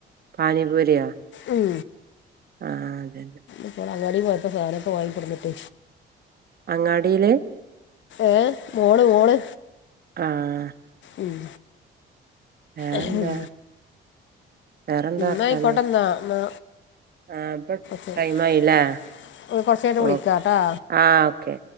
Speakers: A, on the right; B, on the left.
A: പാനിപൂരിയോ
B: ഉം
A: ആഹ് അതെന്നെ
B: ഇപാ അങ്ങാടി പോയപ്പോ സാധനം ഓകെ വാങ്ങി കൊടുന്നിട്ട്
A: അങ്ങാടിയില്
B: ഏഹ് മോള് മോള്
A: ആഹ്
B: ഉം
A: വേറെന്താ
B: ഉം
A: വേറെന്താ വർത്താനം
B: നയികൊട്ടന്നാ ന്നാ
A: ആഹ് ഇപ്പൊ
B: ശരി
A: ടൈം ആയില്ലേ
B: കൊറച്ചയിഞ്ഞിട്ട് വിളിക്കാട്ടാ
A: ഓ ആഹ് ഓക്കെ